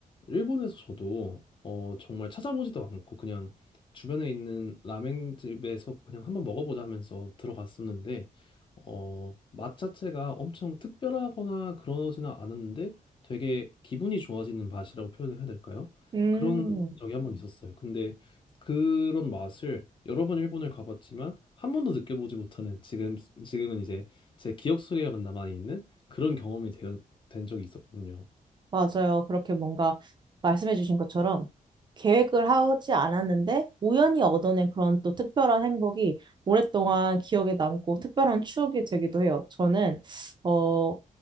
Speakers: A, on the left; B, on the right.
A: 일본에서 저도 어, 정말 찾아보지도 않고 그냥 주변에 있는 라멘집에서 그냥 한번 먹어보자 하면서 들어갔었는데 어, 맛 자체가 엄청 특별하거나 그러지는 않았는데 되게 기분이 좋아지는 맛이라고 표현을 해야 될까요?
B: 음,
A: 그런 적이 한번 있었어요. 근데 그런 맛을 여러 번 일본을 가봤지만 한 번도 느껴보지 못하는 지금 지금은 이제 제 기억 속에만 남아 있는 그런 경험이 되어, 된 적이 있었거든요.
B: 맞아요. 그렇게 뭔가 말씀해주신 것처럼 계획을 하지 않았는데 우연히 얻어낸 그런 또 특별한 행복이 오랫동안 기억에 남고 특별한 추억이 되기도 해요. 저는, 어,